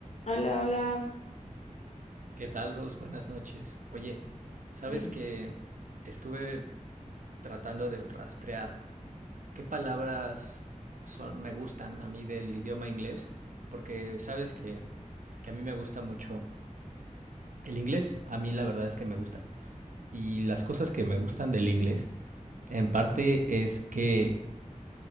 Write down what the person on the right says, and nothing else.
¿Qué tal, Rose? Buenas noches. Oye, sabes
que estuve tratando de rastrear qué palabras son, me gustan a mí del idioma inglés, porque sabes que, que a mí me gusta mucho el inglés. A mí la verdad es que me gusta. Y las cosas que me gustan del inglés, en parte es que